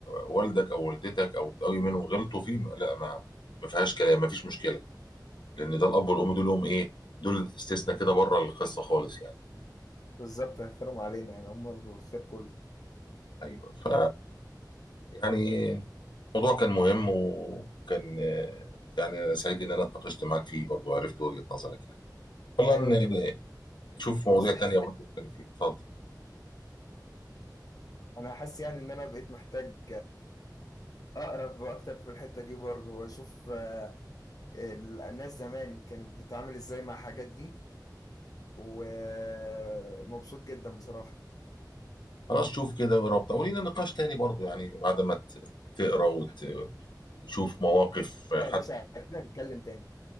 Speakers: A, on the left; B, on the left.
A: والدك او والدتك او قوي منهم غلطوا فيه ما- لا ما ما فيهاش كلام ما فيش مشكله لان ده الاب والام دول هم ايه دول استثناء كده بره القصه خالص يعني
B: بالظبط هيخيرهم علينا يعني هم الخير كله
A: ايوه ف يعني الموضوع كان مهم وكان آه، يعني أنا سعيد ان انا اتناقشت معاك فيه برضو عرفت وجهة نظرك يعني والله
B: ايوه
A: إن-
B: طب
A: نشوف مواضيع
B: بس
A: تانية برضو نتكلم فيها اتفضل
B: انا حاسس يعني ان انا بقيت محتاج اقرب اكتر في الحتة دي برضه واشوف آه، ال- الناس زمان كانت بتتعامل ازاي مع الحاجات دي ومبسوط جدا بصراحة
A: خلاص شوف كده وربط ولينا نقاش تاني برضو يعني بعد ما ت- تقرا وت- وتشوف مواقف حتى
B: لا يا باشا اكيد هنتكلم تاني